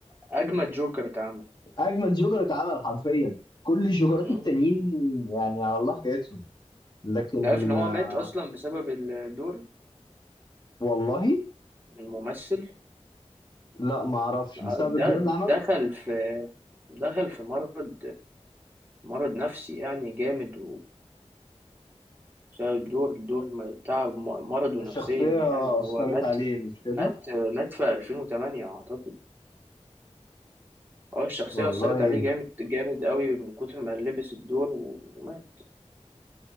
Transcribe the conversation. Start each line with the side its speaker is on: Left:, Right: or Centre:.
Right: اجمد جوكر اتعمل
Left: أجمد جوكر اتعمل حرفيا كل الجوكرات
Right: مم.
Left: التانيين يعني على الله حكايتهم لكن
Right: انت عارف ان هو
Left: آه،
Right: مات اصلا بسبب الدور
Left: والله
Right: الممثل
Left: لا ما أعرفش
Right: آه،
Left: بسبب
Right: ده
Left: الدور اللي عمله
Right: دخل في دخل في مرض مرض نفسي يعني جامد بسبب الدور الدور م- تعب م- مرضه
Left: الشخصية
Right: نفسيا يعني هو
Left: أثرت
Right: مات
Left: عليه مش كده
Right: مات مات في 2008 أعتقد هو الشخصية
Left: والله
Right: أثرت عليه جامد جامد قوي من كتر ما لبس الدور ومات